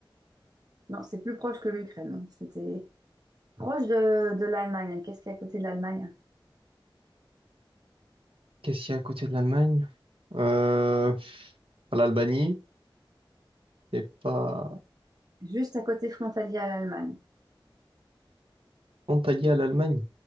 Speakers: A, on the right; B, on the right.
A: non, c'est plus proche que l'Ukraine. C'était Proche de, de l'Allemagne. Qu'est-ce qu'il y a à côté de l'Allemagne?
B: Qu'est-ce qu'il y a à côté de l'Allemagne? Euh... pff, L'Albanie? C'est pas...
A: Juste à côté frontalier à l'Allemagne.
B: Antalya, à l'Allemagne.